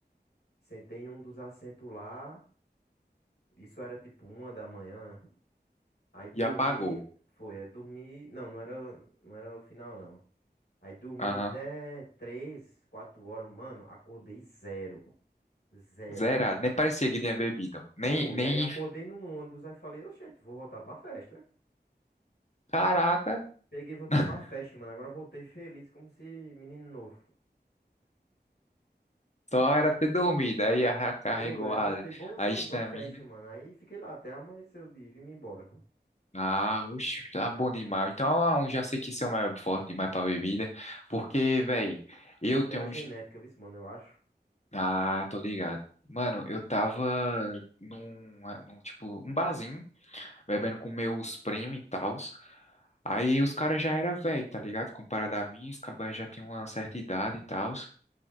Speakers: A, on the left; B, on the left.
A: sentei em um dos assentos lá. Isso era tipo uma da manhã. Aí dormi,
B: e apagou.
A: foi, é dormi, não, não era, não era o final não. Aí dormi
B: Aham.
A: até três, quatro horas, mano, acordei zero, zero
B: Zerado.
A: bala.
B: Nem parecia que tinha bebido. Nem,
A: Pô,
B: nem.
A: e aí acordei num ônibus, aí falei, oxente, vou voltar pra festa.
B: Caraca,
A: Peguei, e voltei
B: <laughs>
A: pra festa, mano, agora voltei feliz como se menino novo.
B: só era ter dormido. Aí a- recarregou
A: Pô, e aí
B: a,
A: voltei bonzinho
B: a estamina.
A: pra festa, mano, aí fiquei lá até amanhecer o dia e vim embora.
B: Ah, oxe, tá bom demais. Então, ah, eu já sei que esse é o mais forte demais pra bebida. Porque, velho, eu
A: Eu tenho
B: tenho
A: a genética,
B: uns.
A: viu, mano, eu acho,
B: Ah, tô ligado. Mano, eu tava num, num tipo, um barzinho, bebendo com meus primos e tal. Aí os caras já era velho, tá ligado? Comparado a mim, os cabas já tinham uma certa idade e tal.